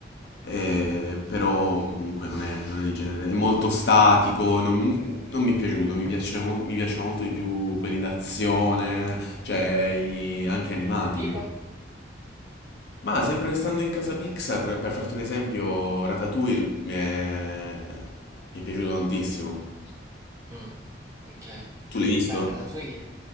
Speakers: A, on the left; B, on the right.
A: eh, però comunque non è, non è il genere, è molto statico, non, non mi è piaciuto, mi piace mol- mi piacciono molto di più quelli d'azione, cioè i- anche animati.
B: Tipo?
A: mi- Ma sempre restando in casa Pixar, per farti un esempio, Ratatouille mi è, mi è piaciuto tantissimo.
B: Mm, ok.
A: Tu l'hai visto?
B: Ma il Ratatouille,